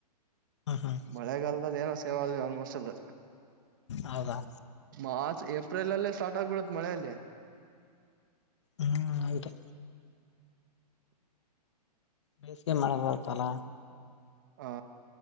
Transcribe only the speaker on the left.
ಹ್ಮ್ ಹ್ಮ್
ಹೌದಾ
ಹ್ಮ್ ಹೌದು ಬೇಸ್ಗೆ ಮಳೆ ಬರ್ತ್ತಲ್ಲ